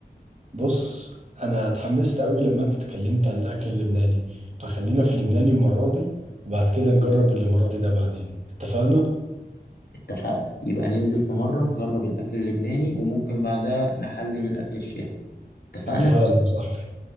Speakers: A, on the right (about 45°); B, on the left (about 70°).
A: بص انا اتحمست قوي لما انت اتكلمت عن الاكل اللبناني فخلينا في اللبناني المره دي وبعد كده نجرب الاماراتي ده بعدين اتفقنا
B: اتفقنا يبقى ننزل في مرة نجرب الاكل اللبناني وممكن بعدها نحلي من الاكل الشامي اتفقنا
A: اتفقنا يا صاحبي